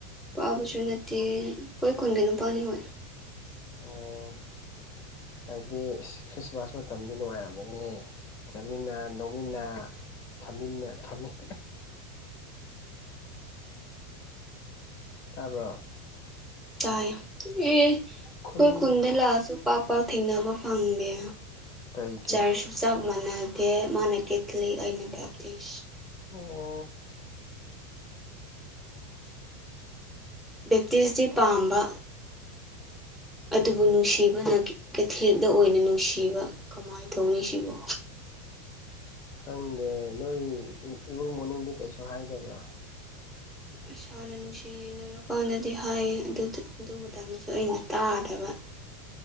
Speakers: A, in the centre; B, on the left.
A: ꯄꯥꯕꯁꯨ ꯅꯠꯇꯦ ꯑꯩꯣꯏ ꯈꯨꯟꯒꯤ ꯅꯨꯄꯥꯅꯤ ꯍꯣꯏ
B: ꯑꯣ ꯍꯥꯏꯗꯤ ꯈ꯭ꯔꯤꯁꯃꯥꯁ ꯃꯇꯝꯗꯤ ꯅꯨꯡꯉꯥꯏꯔꯝꯒꯅꯤꯍꯦ ꯆꯠꯃꯤꯟꯅ ꯅꯣꯡꯃꯤꯟꯅ ꯐꯝꯃꯤꯟꯅ ꯐꯝꯃꯤꯟꯅ ꯇꯥꯕ꯭ꯔꯣ
A: ꯆꯥ ꯑꯦ
B: ꯈꯨꯟ
A: ꯀꯣꯏ ꯀꯨꯝꯟꯗ ꯂꯥꯥꯁ ꯄꯥꯛ ꯄꯥꯛ ꯊꯦꯡꯅꯕ ꯐꯪꯗꯦ
B: ꯀꯩ ꯀꯌꯥ
A: ꯆꯥꯔꯁꯨ ꯁ ꯃꯅꯗꯦ ꯃꯥꯅ ꯀꯦꯊꯂꯤ ꯑꯩꯅ ꯕꯞꯇꯤꯁ
B: ꯑꯣ
A: ꯕꯦꯞꯇꯤꯁꯇꯤ ꯄꯥꯝꯕ
B: ꯎꯝ
A: ꯑꯗꯨꯕꯨ ꯅꯨꯡꯁꯤꯕꯅ ꯀꯦꯊꯂꯤꯗ ꯑꯣꯏꯅ ꯅꯨꯡꯁꯤꯕ ꯀꯃꯥꯏ ꯇꯧꯅꯤ ꯁꯤꯕꯣ
B: ꯈꯪꯗꯦ ꯅꯣꯏ ꯏꯃꯨꯡ ꯃꯅꯨꯡꯗꯤ ꯀꯩꯁꯨ ꯍꯥꯏꯗꯕ꯭ꯔꯥ
A: ꯑꯁꯥꯅ ꯅꯨꯡꯁꯤꯅꯔ ꯀꯥꯎꯟꯗꯗꯤ ꯍꯥꯏꯌꯦ ꯑꯗꯨ ꯃꯇꯝꯗꯁꯨ ꯑꯩꯅ ꯇꯥꯗꯕ